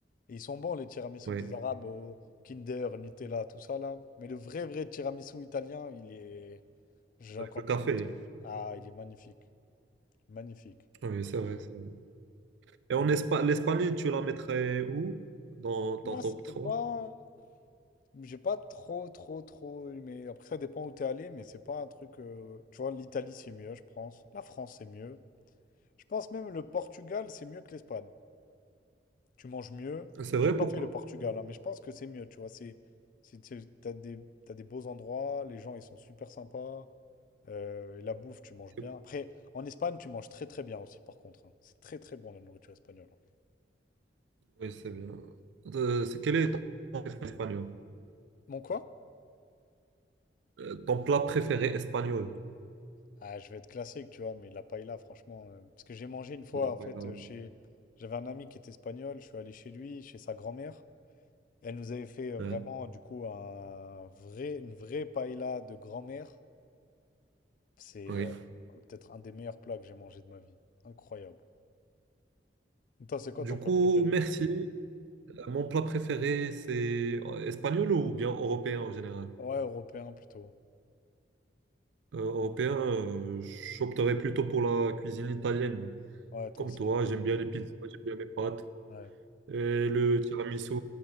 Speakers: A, on the left; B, on the right.
A: Et ils sont bons, les tiramisu
B: Oui,
A: des Arabes, au Kinder, Nutella, tout ça là. Mais le vrai, vrai tiramisu italien, il est. Genre,
B: avec
A: quand
B: le café.
A: tu goûtes. Ah, il est magnifique. Magnifique.
B: Ah Oui, c'est vrai, c'est vrai. Et
A: Et
B: en Espagne,
A: euh,
B: l'Espagne, tu la mettrais où? Dans ton
A: moi,
B: top
A: c'était
B: trois
A: pas. J'ai pas trop, trop, trop aimé. Après, ça dépend où t'es allé, mais c'est pas un truc. euh, Tu vois, l'Italie, c'est mieux, je pense. La France, c'est mieux. Je pense même le Portugal, c'est mieux que l'Espagne. tu manges mieux.
B: C'est
A: J'ai
B: vrai,
A: pas
B: pourquoi?
A: fait le Portugal, hein, mais je pense que c'est mieux, tu vois. C'est, c'est, c'est- t'as des, t'as des beaux endroits, les gens, ils sont super sympas. euh, et la bouffe, tu manges
B: C'est
A: bien.
B: cool.
A: Après, en Espagne, tu manges très très bien aussi, par contre. hein. C'est très très bon la nourriture espagnole. hein.
B: Oui, c'est bien. Euh, c'est- quel est ton plat préféré espagnol?
A: Mon quoi?
B: Euh, ton plat préféré espagnol?
A: Ah, je vais être classique, tu vois, mais la paella, franchement, euh, parce que j'ai mangé une fois,
B: Voilà,
A: en fait,
B: voilà, oui.
A: euh, chez, j'avais un ami qui était espagnol, je suis allé chez lui, chez sa grand-mère. Elle nous avait fait euh,
B: Ouais,
A: vraiment, du coup, un vrai, une vraie paella de grand-mère. C'est
B: oui.
A: euh, peut-être un des meilleurs plats que j'ai mangé de ma vie. Incroyable. Toi, c'est quoi
B: Du
A: ton
B: coup,
A: plat préféré?
B: merci. Mon plat préféré, c'est euh, espagnol ou bien européen en général?
A: Ouais, européen plutôt.
B: Euh, européen, euh, j'opterais plutôt pour la cuisine italienne.
A: Ouais, toi
B: Comme
A: aussi,
B: toi,
A: hein.
B: j'aime bien les pizzas, j'aime bien les pâtes.
A: Ouais.
B: Et le tiramisu,